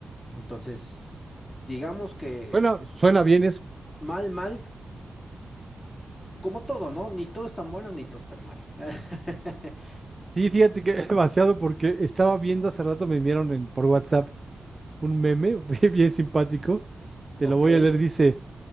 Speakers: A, on the left; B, on the right.
A: Entonces, digamos que
B: Bueno, suena bien eso.
A: mal, mal, como todo, ¿no? Ni todo es tan bueno, ni todo es tan mal. <laughs>
B: Sí, fíjate que <laughs> demasiado porque estaba viendo hace rato, me enviaron en- por WhatsApp un meme <laughs> bien bien simpático. Te
A: Ok,
B: lo voy a leer, dice,